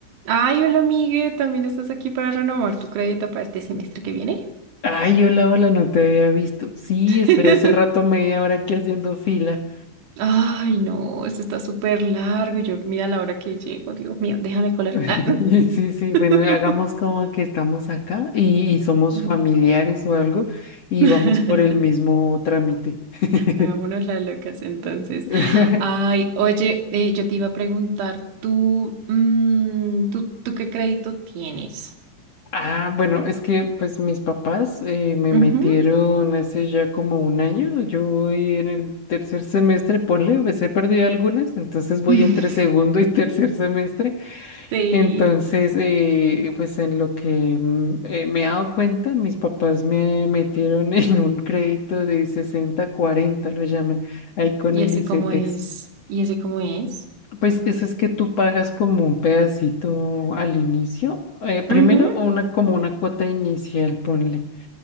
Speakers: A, on the right; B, on the left.
A: Ay, hola, Migue, también estás aquí para renovar tu crédito para este semestre que viene.
B: Ay, hola, hola, no te había visto. Sí,
A: <laughs>
B: estoy hace rato media hora aquí haciendo fila.
A: Ay, no, esto está súper largo. y Yo, mira la hora que llego, Dios mío, déjame colar.
B: <laughs>
A: Ah.
B: Sí, sí,
A: <laughs>
B: bueno, hagamos como que estamos acá y, y somos
A: Mm.
B: familiares o algo y
A: <laughs>
B: vamos por el mismo trámite. <laughs>
A: Hagámonos las locas entonces.
B: <laughs>
A: Ay, oye, eh, yo te iba a preguntar, ¿tú, mm, tú, tú qué crédito tienes?
B: Ah, bueno, es que pues mis papás eh, me
A: Ujú.
B: metieron hace ya como un año. Yo voy en el tercer semestre, ponle, pues he perdido algunas, entonces voy
A: <laughs>
B: entre segundo y tercer semestre.
A: Sí.
B: Entonces, eh, pues en lo que mm, eh, me he dado cuenta, mis papás me metieron <laughs> en un crédito de sesenta cuarenta lo llaman, ahí con
A: ¿Y
B: el
A: ese
B: ICETEX.
A: cómo es? ¿Y ese cómo es?
B: Pues eso es que tú pagas como un pedacito al inicio, eh, primero
A: Ujú.
B: una, como una cuota inicial, ponle,